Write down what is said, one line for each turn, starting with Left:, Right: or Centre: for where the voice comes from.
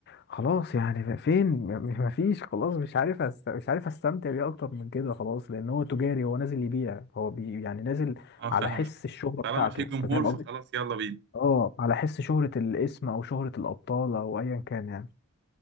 Left: خلاص يعني فين م- مفيش خلاص مش عارف أست... مش عارف استمتع بيه اكتر من كده خلاص لان هو تجاري هو نازل يبيع هو بي... يعني نازل
Right: آه، فاهم
Left: على حس الشهره بتاعته
Right: طالما في جمهور
Left: تمام
Right: فخلاص
Left: قصدي
Right: يلا بينا
Left: اه على حس شهره الاسم او شهره الابطال او ايا كان يعني